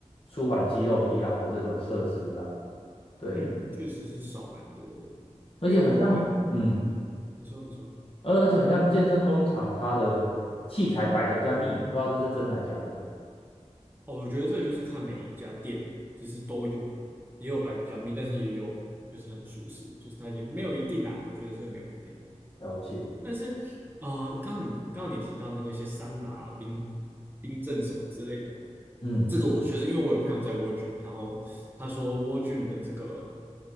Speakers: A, on the left; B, on the right.
A: 舒缓肌肉疲劳的这种设施啦。对，
B: 嗯，确实是少蛮多的，
A: 而且很像，
B: 因为我，
A: 嗯，
B: 嗯，你说你说，
A: 而而且很像健身工厂，它的器材摆的比较密，不知道这是真的还假的。
B: 哦，我觉得这个就是看每一家店了，就是都有，也有摆比较密，但是也有就是很舒适，就是它也没有一定啦，我觉得这个没有一定。
A: 了解，
B: 但是，呃，刚刚你刚刚你提到那个一些桑拿啊冰冰镇什么之类的，
A: 嗯
B: 这个我确实因为我有朋友在 War Gym，然后他说 War Gym 的这个，